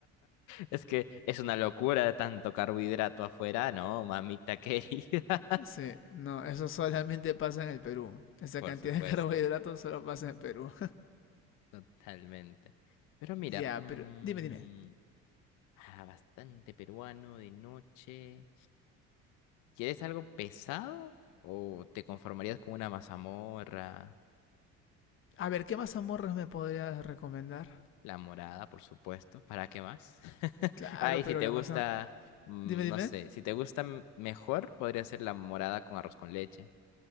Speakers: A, on the left; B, on the left.
A: Es que es una locura tanto carbohidrato afuera, ¿no, mamita querida? <laughs>
B: Sí, no, eso solamente pasa en el Perú. Esa
A: Por
B: cantidad
A: supuesto.
B: de <laughs> carbohidratos solo pasa en el Perú.
A: Totalmente.
B: <laughs>
A: Pero mira,
B: Ya,
A: mm,
B: pero dime, dime.
A: Ah, bastante peruano de noche. ¿Quieres algo pesado o te conformarías con una mazamorra?
B: A ver, ¿qué mazamorras me podrías recomendar?
A: La morada, por supuesto. ¿Para qué más? <laughs>
B: Claro,
A: Ay,
B: pero
A: si te
B: la
A: gusta,
B: masa...
A: mm,
B: Dime, dime.
A: no sé, si te gusta m- mejor, podría ser la morada con arroz con leche.